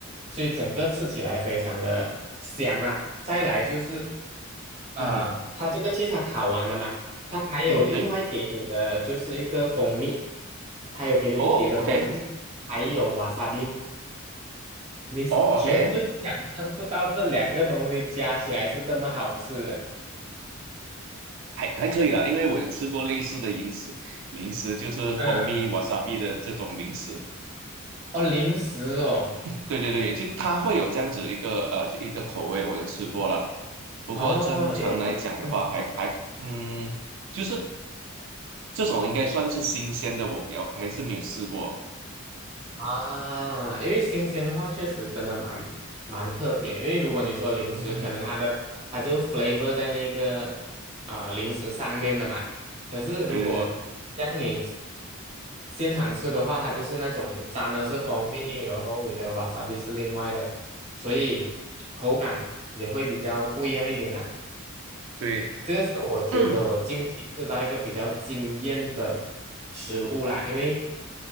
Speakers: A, on the right (about 30°); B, on the right (about 65°).
A: 所以整个吃起来非常的香啊。再来就是，呃，
B: 嗯哼，
A: 它这个 cheese 它烤完了吗？他还有另外给你的就是一个蜂蜜，
B: 嗯，对，
A: 他有给你一碟的蜂蜜，
B: 哦，OK，
A: 还有瓦萨比，你绝对想象不到这两个东西加起来是这么好吃的。
B: 哦，OK，还还可以啦，因为我有吃过类似的零食，零食就是蜂蜜
A: 嗯，
B: wasabi 的这种零食。
A: 哦，零食哦，
B: 对对对，就它会有这样子一个呃一个口味，我就吃过了。不过正常来讲的话还，
A: 哦，因为我。嗯。
B: 还嗯，就是这种应该算是新鲜的，我比较还是没有试过。
A: 啊，因为新鲜的话，确实真的蛮蛮特别。因为如果你说零食，
B: <coughs> <clears throat> 嗯哼哼
A: 可能它的它就 flavor 在那个啊、呃零食上面的嘛。可是如果像你
B: 对对
A: 现场吃的话，它就是那种你沾的是蜂蜜，然后你的 wasabi 是另外的，所以口感也会比较不一样一点啦、
B: 对对，
A: 这个是我觉得我近期吃到一个比较惊艳的食物啦，
B: <coughs> <clears throat> 嗯
A: 因为